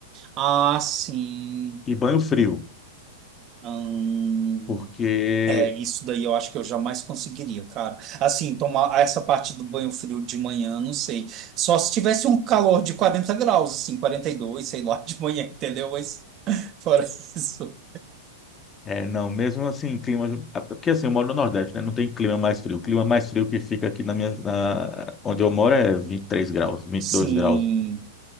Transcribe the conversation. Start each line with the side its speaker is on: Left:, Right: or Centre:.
Right: Ah, sim.
Left: E banho frio,
Right: Hum.
Left: porque
Right: É, isso daí eu acho que eu jamais conseguiria, cara. Assim, tomar essa parte do banho frio de manhã, não sei. Só se tivesse um calor de 40 graus, assim, 42, sei lá, de manhã, entendeu? Mas fora <laughs> isso.
Left: É, não, mesmo assim, clima. é, Porque assim, eu moro no Nordeste, né? Não tem clima mais frio. O clima mais frio que fica aqui na minha, na- onde eu moro é 23 graus, vinte
Right: Sim.
Left: e dois graus.